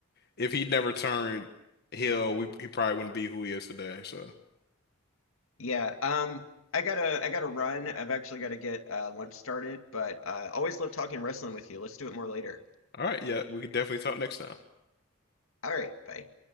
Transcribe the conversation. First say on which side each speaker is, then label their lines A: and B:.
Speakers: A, on the left; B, on the left.
A: if he never turned Hill, we he probably wouldn't be who he is today. So,
B: Yeah, um I gotta I gotta run. I've actually gotta get uh lunch started, but uh always love talking wrestling with you. Let's do it more later.
A: all right, yeah, we could definitely talk next time.
B: All right, bye.